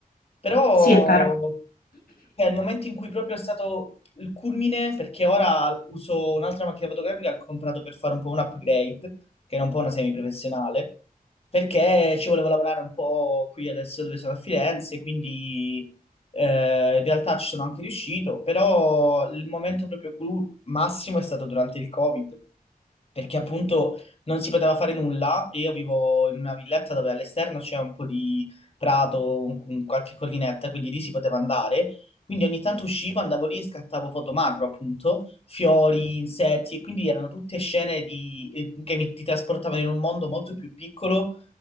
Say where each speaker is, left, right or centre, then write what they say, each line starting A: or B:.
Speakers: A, on the left (about 40°); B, on the left (about 70°).
A: Però
B: Sì, è vero.
A: è il momento in cui proprio è stato il culmine, perché ora uso un'altra macchina fotografica che ho comprato per fare un po' un upgrade, che era un po' una semiprofessionale, perché ci volevo lavorare un po' qui adesso dove sono a Firenze, quindi eh, in realtà ci sono anche riuscito, però il momento proprio clou massimo è stato durante il Covid perché appunto non si poteva fare nulla e io vivo in una villetta dove all'esterno c'è un po' di prato, un- un- qualche collinetta, quindi lì si poteva andare. Quindi ogni tanto uscivo, andavo lì e scattavo foto macro, appunto, fiori, insetti, e quindi erano tutte scene di- eh, che mi, ti trasportavano in un mondo molto più piccolo,